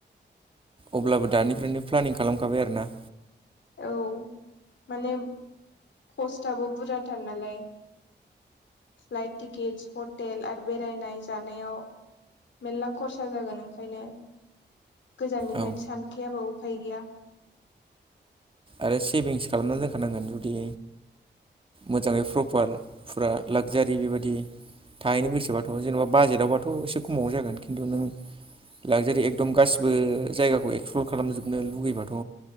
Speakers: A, on the right; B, on the left.
A: अब्लाबो दानिफ्रायनो प्लेनिं खालामखाबाय आरोना।
B: औ माने खस्तआबो बुरजाथार नालाय। फ्लाइट टिकिटस हटेल आरो बेरायनाय जानायाव। मेरला खरसा जागोन ओंखायनो गोजाननिफ्रायनो
A: औ
B: सानखायाबा उफाय गैया।
A: आरो सेभिंस खालामना दोनखानांगोन जुदि मोजाङै फ्रफार फुरा लाक्जारि बेबादि थाहैनो गोसोबाथ' जेनेबा बाजेटआवबाथ' एसे खमावनो जागोन खिन्थु नों लागजारि एकदम गासिबो जायगाखौ एक्सप्लर खालामजोबनो लुगैबाथ'